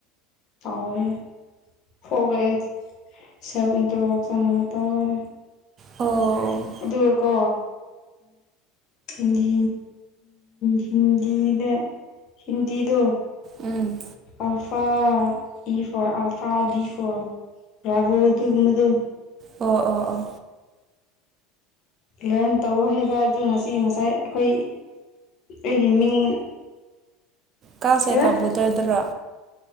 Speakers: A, on the left; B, on the right.
A: ꯇꯥꯎꯋꯦ ꯐꯣꯒꯦ ꯁꯦꯜ ꯏꯟꯇꯔꯗꯛꯁꯟꯒꯗꯣ ꯇꯧꯑꯦ
B: ꯍꯣ
A: ꯑꯗꯨꯒꯀꯣ ꯍꯤꯟꯗꯤ ꯍꯤꯟꯗꯤꯗ ꯍꯤꯟꯗꯤꯗꯣ
B: um
A: alpha E for alpha B for ꯔꯕꯣ ꯑꯗꯨꯒꯨꯝꯕꯗꯣ
B: ꯑꯣ ꯑꯣꯥ ꯑꯣꯥ
A: ꯂꯔꯟ ꯇꯧ ꯍꯥꯏꯕ ꯑꯗꯨ ꯉꯁꯤ ꯉꯁꯥꯏ ꯑꯩꯈꯣꯏ ꯑꯩꯒꯤ ꯃꯤꯡ
B: ꯀꯥ ꯁꯦ
A: ꯀꯩꯕ
B: ꯀꯥꯕꯨꯇꯔꯗꯨꯔꯣ